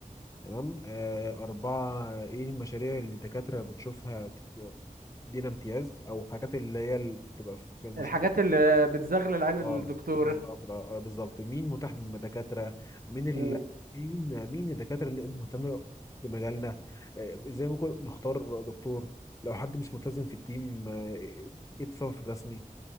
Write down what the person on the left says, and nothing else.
تمام آه أربعة إيه المشاريع اللي الدكاترة بتشوفها بت- دينا امتياز أو حاجات اللي هي اللي بتبقى في المشروع
اه
بالظبط آه، بالظبط مين متاح من دكاترة مين ال...
مين مين الدكاترة اللي مهتمة بمجالنا آه، ازاي ممكن نختار دكتور لو حد مش ملتزم في التيم آه، ايه التصرف الرسمي